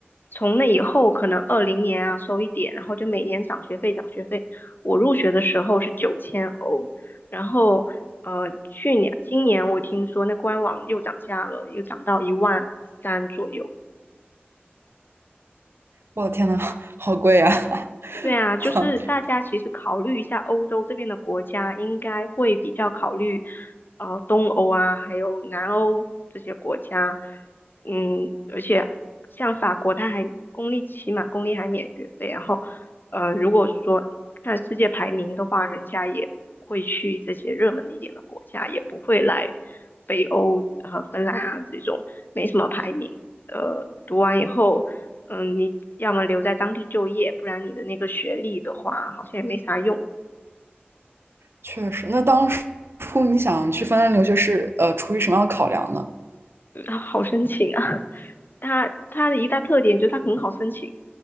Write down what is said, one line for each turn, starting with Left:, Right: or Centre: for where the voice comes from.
Left: 从那以后可能二零年啊收一点，然后就每年涨学费涨学费。我入学的时候是九千欧，然后呃，去年今年我听说那官网又涨价了，又涨到一万三左右。
Right: 我的天呐，好贵呀！
Left: 对啊，就是大家其实考虑一下欧洲这边的国家，
Right: <laughs>
Left: 应该会比较考虑呃东欧啊，还有南欧这些国家。嗯，而且像法国，它还公立起码公立还免学费，然后呃，如果说看世界排名的话，人家也会去这些热门一点的国家，也不会来北欧和、呃芬兰啊这种没什么排名。呃，读完以后。嗯，你要么留在当地就业，不然你的那个学历的话，好像也没啥用，
Right: 确实，那当初你想去芬兰留学是呃出于什么样的考量呢？
Left: 嗯 <laughs> 好申请啊。<laughs> 它它的一大特点就是它很好申请，